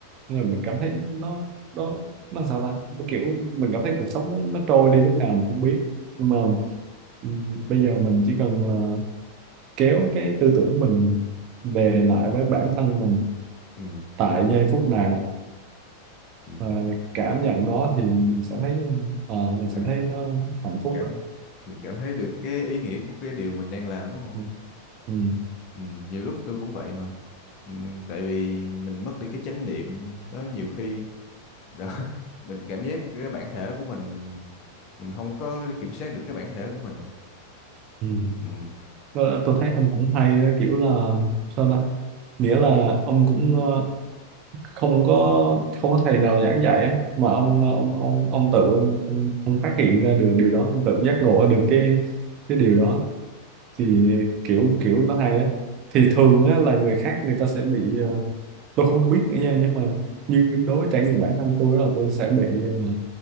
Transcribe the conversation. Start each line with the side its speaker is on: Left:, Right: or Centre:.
Right: nên là mình cảm thấy nó nó nó sao ta Nó kiểu mình cảm thấy cuộc sống nó, nó trôi đi lúc nào mình không biết nhưng mà ừm, bây giờ mình chỉ cần ờ, kéo
Left: mình
Right: cái tư tưởng của mình về
Left: ừ,
Right: lại với bản thân mình
Left: ừ,
Right: tại giây phút này
Left: ừ.
Right: và cảm nhận nó thì mình sẽ thấy ờ, mình
Left: Là
Right: sẽ thấy nó hạnh phúc
Left: cảm
Right: đó
Left: mình cảm thấy được cái ý nghĩa của cái điều mình đang làm đúng không
Right: ừ. Ừ.
Left: ừ, nhiều lúc tôi cũng vậy mà ừ, tại vì mình mất đi cái chánh niệm đó nhiều khi đó, <laughs> mình cảm giác cái bản thể của mình mình không có kiểm soát được cái bản thể của mình
Right: Ừ.
Left: ừ,
Right: Tôi, tôi thấy ông cũng hay đó, kiểu là sao ta nghĩa là ông cũng ờ, không có không có thầy nào giảng dạy á mà ông ông ông ông tự ông, ông, ông phát hiện ra được điều đó ông tự giác ngộ được cái cái điều đó thì kiểu kiểu nó hay á thì thường á là người khác người ta sẽ bị ờ, tôi không biết nữa nha nhưng mà như đối với trải nghiệm bản thân tôi là tôi sẽ bị ờ,